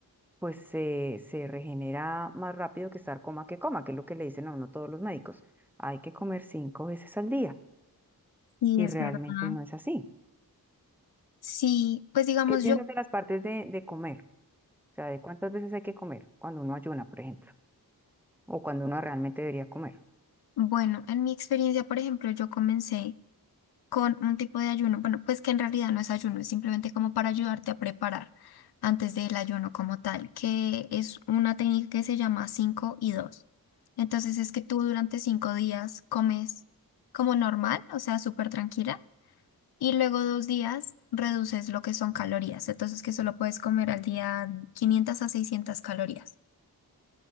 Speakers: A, in the centre; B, on the left.
A: pues se, se regenera más rápido que estar coma que coma, que es lo que le dicen a uno todos los médicos. Hay que comer cinco veces al día
B: Sí,
A: y
B: es
A: realmente
B: verdad.
A: no es así.
B: Sí, pues digamos
A: ¿Qué piensas
B: yo,
A: de las partes de, de comer? O sea, de cuántas veces hay que comer cuando uno ayuna, por ejemplo, o cuando uno realmente debería comer.
B: bueno, en mi experiencia, por ejemplo, yo comencé con un tipo de ayuno, bueno, pues que en realidad no es ayuno, es simplemente como para ayudarte a preparar antes del ayuno como tal, que es una técnica que se llama cinco y dos Entonces es que tú durante 5 días comes como normal, o sea, súper tranquila Y luego dos días reduces lo que son calorías, entonces que solo puedes comer al día 500 a 600 calorías.